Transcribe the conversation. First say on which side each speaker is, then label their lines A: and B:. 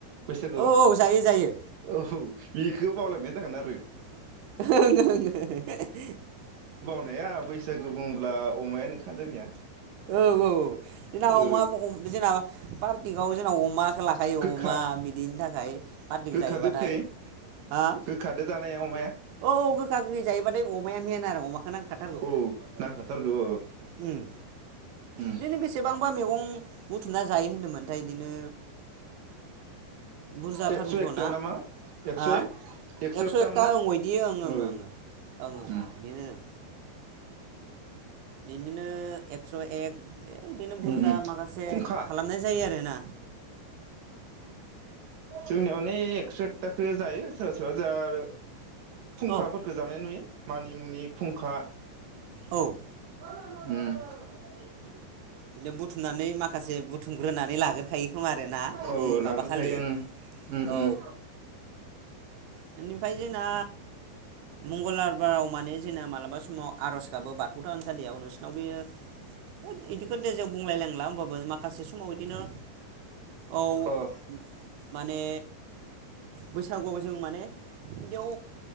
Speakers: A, on the right; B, on the right.
A: बैसागुआव
B: औ औ जायो जायो
A: <unintelligible> औ बिखौ बावलांनाय जागोन आरो
B: <unintelligible>
A: अमाया बैसागु बुङोब्ला अमायानोखा जोंनिया
B: औ औ औ जोंना
A: ओ
B: अमा जोंना पार्टिकआव जोंना अमाखो लाखायो
A: गोखा
B: अमा बिदिनि थाखाय पार्टिक
A: गोखा
B: जायोबाथाय
A: गोखै
B: हा
A: गोखादो जानाया अमाया
B: औ औ गोखा गोखै जायोबाथाय अमाया मेन आरो अमाखौ नांखाथारगौ
A: औ नांखाथारगौ औ
B: उम
A: उम
B: बिदिनो बेसेबांबा मेगं बुथुम ना जायो होनदोंमोनथाय इदिनो बुरजाथारनोथ
A: एकस' एकथा
B: ना
A: नामा एकस'
B: हा
A: एक
B: एकस
A: एकथामोन
B: एकथा
A: ना
B: ओं अ दि ओं
A: औ
B: ओं ओं ओं ओं ओं
A: उम
B: बिदिनो ओं बिदिनो एकस एक बिदिनो बुरजा
A: उम उम
B: माखासे
A: खुंखा
B: खालामनाय जायो आरोना
A: जोंनियावनो एकस एकथाखो जायो सोरबा सोरबा जोहा आरो खुंखाफोरखौ
B: औ
A: जानाय नुयो मानिमुनि खुंखा
B: औ
A: <unintelligible> ओम
B: बिदिनो बुथुमनानै माखासे बुथुमग्रोनानै लागोरखायो खोमा आरोना
A: औ
B: बै
A: लाग्रोखायो
B: माबाखालि
A: ओं
B: औ
A: उम
B: बेनिफ्राय जोंना मंगलार बाराव माने जोंना मालाबा समाव आरज गाबो बाथौ थानसालियाव नोंसिनाव बेयो <unintelligible> इदिखौ दे जों बुंलायलांनांला होनोमबाबो माखासे समाव इदिनो औ
A: उम
B: माने बैसागुआव जों माने बिदियाव